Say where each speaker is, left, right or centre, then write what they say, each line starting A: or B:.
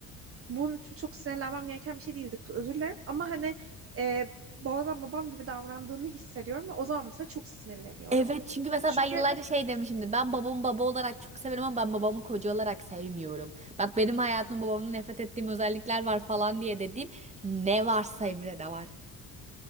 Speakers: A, on the right (about 40°); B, on the right (about 20°).
A: bunun çok sinirlenmem gereken bir şey değildi. Özür dilerim ama hani e, bazen babam gibi davrandığını hissediyorum ve o zaman mesela çok sinirleniyorum.
B: Evet çünkü mesela
A: Yani
B: ben
A: çünkü
B: yıllarca şey demişimdir. Ben babamı baba olarak çok severim ama ben babamı koca olarak sevmiyorum. Bak benim hayatımda babamın nefret ettiğim özellikler var falan diye dediğim ne varsa Emre'de var.